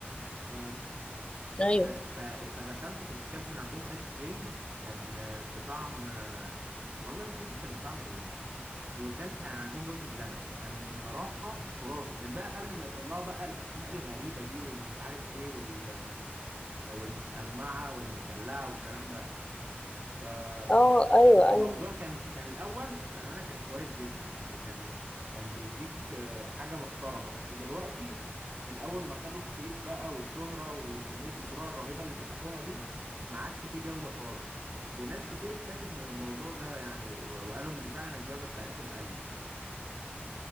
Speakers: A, on the right (about 40°); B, on the left (about 25°).
A: ف...
B: ايوه
A: ف... ف... فدخلت وكنت كلت من عندهم ايس كريم كان آه، بطعم آه، والله مش فاكر كان بطعم ايه وكلت عندهم رز بلبن كان بصراحه خرافي كان بقى قبل ما يطلعوا بقى الاسماء الغريبه دي والمش عارف ايه وال... والمتشمعه والمدلعه والكلام ده ف...
B: اه ايوه
A: ف- فالموضوع
B: ايوه
A: كان كان الاول بامانه كان كويس جدا يعني كان كان بيديك آه، حاجه محترمه بس دلوقتي من اول ما خدوا الصيت بقى والشهره وكميه الفروع الرهيبه اللي فتحوها دي ما عادش فيه جوده خالص وناس كتير اشتكت من الموضوع ده يعني و- وقالوا ان فعلا الجوده بتاعتهم قلت